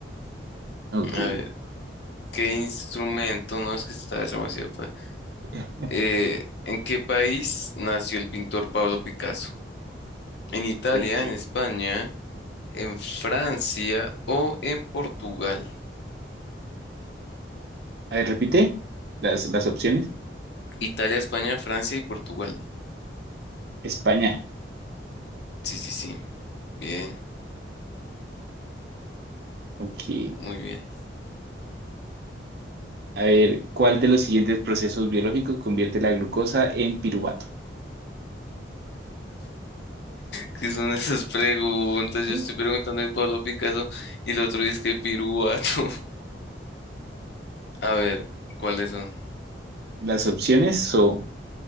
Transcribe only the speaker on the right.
Ok,
<laughs>
ok.
A ver, repite las, las opciones.
España.
Ok.
A ver, ¿cuál de los siguientes procesos biológicos convierte la glucosa en piruvato?
<laughs>
Las opciones son